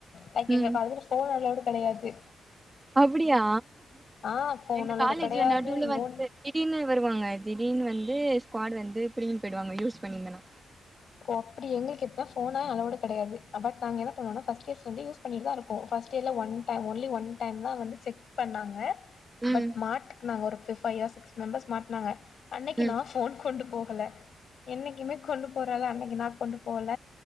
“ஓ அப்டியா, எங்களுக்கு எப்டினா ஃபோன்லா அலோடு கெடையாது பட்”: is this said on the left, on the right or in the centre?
Left